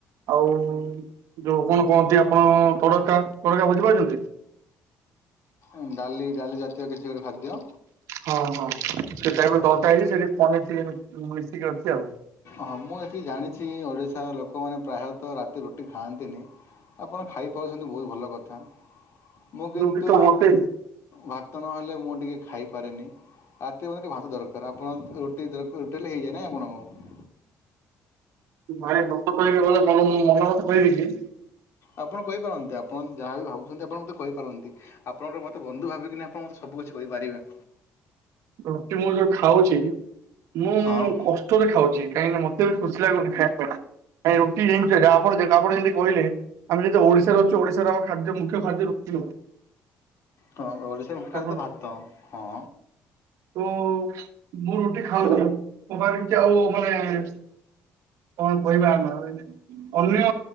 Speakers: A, on the right (about 80°); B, on the left (about 60°).
A: ଆଉ ଯୋଉ କଣ କହନ୍ତି ଆପଣ ତଡକା ତଡକା ବୁଝି ପାରୁଛନ୍ତି?
B: ଉଁ ଡାଲି ଡାଲି ଜାତୀୟ କିଛି ଗୋଟେ ଖାଦ୍ୟ।
A: ହଁ ହଁ ସେଟା ଏବେ ଦତା
B: ହଁ
A: ହେଇଛି
B: ତ
A: ସେଠି ପନିର ଟିକେ ମି-ମିଶିକି ଅଛି ଆଉ।
B: ଅ ହଁ ମୁଁ ଯେତିକି ଜାଣିଛି ଓଡ଼ିଶାର ଲୋକମାନେ ପ୍ରାୟତ ରାତି ରୁଟି ଖାଆନ୍ତିନି। ଆପଣ ଖାଇପାରୁଛନ୍ତି ବହୁତ ଭଲ କଥା। ମୁଁ କିନ୍ତୁ
A: ରୁଟି ତ ମତେ
B: ଭାତ ନହେଲେ ମୁଁ ଟିକେ ଖାଇପାରେନି। ତି ମତେ ଭାତ ଦରକାର ଆପଣ ରୁଟି ଦରକ ରୁଟି ହେଲେ ହେଇଯାଏ ନାହିଁ ଆପଣଙ୍କୁ।
A: ଭାତ ସତ୍ କହିବି ମାନେ ତମକୁ ମୁଁ ମନ କଥା କହିବି କି?
B: ଆପଣ କହିପାରନ୍ତି ଆପଣ ଯାହା ବିି ଭାବୁଛନ୍ତି ଆପଣ ମତେ କହିପାରନ୍ତି ଆପଣ ଗୋଟେ ମତେ ବନ୍ଧୁ ଭାବିକିନା ଆପଣ ମତେ ସବୁ କିଛି କହିପାରିବେ।
A: ରୁଟି ମୁଁ ଯୋଉ ଖାଉଛି ମୁଁ କଷ
B: ହଁ
A: କଷ୍ଟରେ ଖାଉଛି କାହିଁକି ନା ମତେ ବି ଖୁସି ଲାଗୁନି ଖାଇବା ଟା। କାଇଁ ରୁଟି <unintelligible> ଆପଣ ଯେ ଆପଣ ଯେମିତି କହିଲେ ଆମେ ଯଦି ଓଡିଶାରେ ଅଛୁ ଓଡିଶାର ଆମ ଖାଦ୍ୟ ମୁଖ୍ୟ ଖାଦ୍ୟ ରୁଟି ହ
B: ହଁ ଓଡିଶାର ମୁଖ୍ୟ ଖାଦ୍ୟ
A: ଆପଣ
B: ତ ଭାତ ହଁ।
A: ଉ ମୁଁ ରୁଟି ଖାଉଛି ମୋ ପାଖରେ କିଛି ଆଉ ମାନେ। କଣ କହିବା ଆମେ ଆଉ ଏଇ ଅନ୍ୟ